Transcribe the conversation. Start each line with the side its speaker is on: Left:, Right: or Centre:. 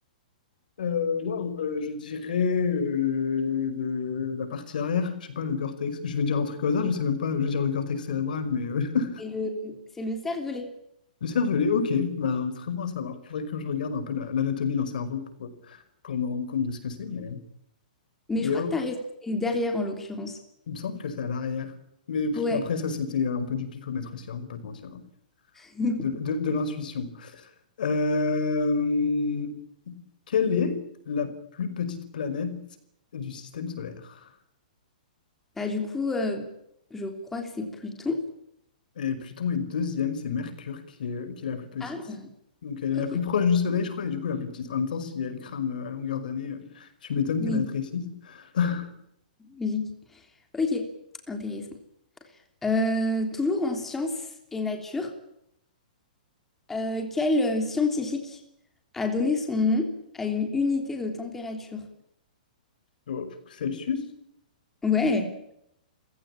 Left: Euh, waouh, euh, je dirais euh, le- la partie arrière, je sais pas, le cortex. Je vais dire un truc au hasard, je sais même pas, je vais dire le cortex cérébral, mais euh, <laughs>
Centre: C'est le, c'est le cervelet.
Left: le cervelet, ok, bah, très bon à savoir. Faudrait que je regarde un peu la- l'anatomie d'un cerveau pour, euh, pour me rendre compte de ce que c'est, mais,
Centre: Mais
Left: mais
Centre: je crois
Left: oh,
Centre: que tu as raison, c'est derrière en l'occurrence.
Left: il me semble que c'est à l'arrière. Mais pff,
Centre: Ouais.
Left: après, ça, c'était un peu du pifomètre aussi, hein, je vais pas te mentir, hein.
Centre: <laughs>
Left: De, de- de l'intuition. Euh, Quelle est la plus petite planète du système solaire?
Centre: Bah, du coup, euh, je crois que c'est Pluton.
Left: Et Pluton est deuxième, c'est Mercure qui est, qui est la plus petite.
Centre: Ah,
Left: Donc elle est la
Centre: ok.
Left: plus proche du Soleil, je crois, et du coup la plus petite. En même temps, si elle crame euh, à longueur d'année, euh, tu m'étonnes
Centre: Oui.
Left: qu'elle rétrécisse. <laughs>
Centre: Logique. Ok, intéressant. Euh, toujours en sciences et nature, euh, quel euh, scientifique a donné son nom à une unité de température?
Left: Oh, Celsius?
Centre: Ouais,